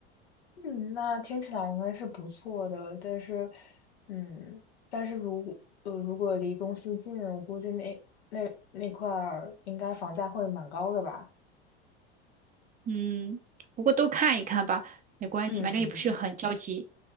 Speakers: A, on the left; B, on the right.
A: 嗯，那听起来应该是不错的，但是，嗯，但是如呃如果离公司近，我估计那那那块儿应该房价会蛮高的吧？
B: 嗯，不过都看一看吧，没关系，
A: 嗯嗯嗯。
B: 反正也不是很着急。